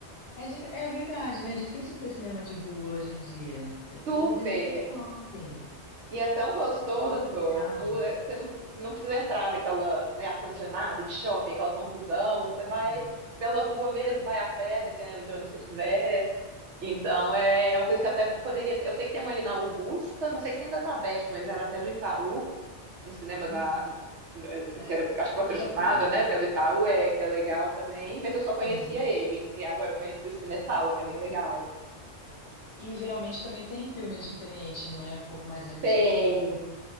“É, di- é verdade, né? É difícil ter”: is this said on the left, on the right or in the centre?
Left